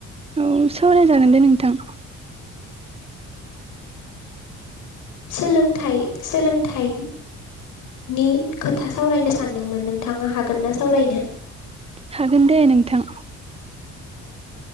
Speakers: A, on the right (about 20°); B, on the left (about 85°).
A: औ सावरायजागोन दे नोंथां
B: सोलोंथाइ सोलोंथाइ। नि खोथा सावरायनो सानदोंमोन नोंथाङा हागोन ना सावरायनो
A: हागोन दे नोंथां।
B: औ